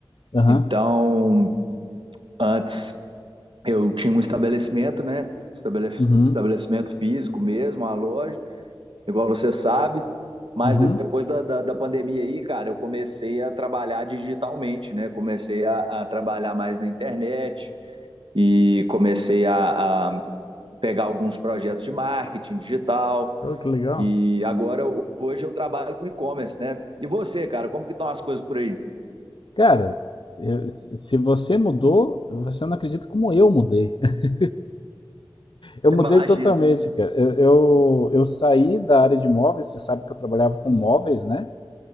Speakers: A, on the left; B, on the right.
A: aham.
B: Então, antes eu tinha um estabelecimento, né? Estabelec-
A: Uhum,
B: Estabelecimento físico mesmo, uma loja, igual você sabe. Mas
A: uhum.
B: depois da, da, da pandemia aí, cara, eu comecei a trabalhar digitalmente, né? Comecei a, a trabalhar mais na internet e comecei a, a pegar alguns projetos de marketing digital.
A: Oh, que legal.
B: E agora, ho- hoje, eu trabalho com e-commerce, né? E você, cara, como que estão as coisas por aí?
A: Cara, eu- se se você mudou, você não acredita como eu mudei. <laughs> Eu mudei
B: Imagina.
A: totalmente, cara. Eu, eu, eu saí da área de móveis, você sabe que eu trabalhava com móveis, né?